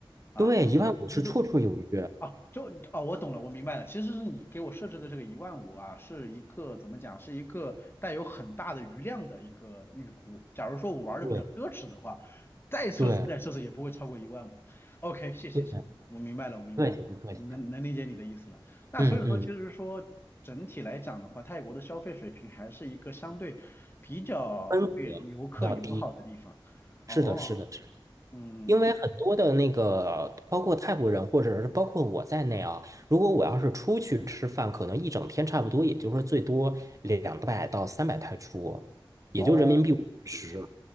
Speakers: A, on the left; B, on the right.
A: 啊，
B: 对，一万五是绰绰有余。
A: 这这就哦，就哦，我懂了，我明白了。其实是你给我设置的这个一万五啊，是一个怎么讲，是一个带有很大的余量的一个预估。假如说我玩的比较奢侈的话，
B: 对
A: 再奢侈再奢侈也不会超过一万五。
B: 对
A: OK，谢谢谢谢，
B: 对，
A: 我明白了，我明白了，
B: 客气不客气？
A: 能能理解你的意思了。那所以说，
B: 嗯嗯，
A: 其实说整体来讲的话，泰国的消费水平还是一个相对比较对游客友好的地方。
B: 分格要低。
A: 哦，
B: 是的，是的，是的
A: 嗯，
B: 因为很多的那个，包括泰国人或者是包括我在内啊，如果我要是出去吃饭，可能一整天差不多，也就是最多两百到三百泰铢，也就人民币五十，
A: 哦。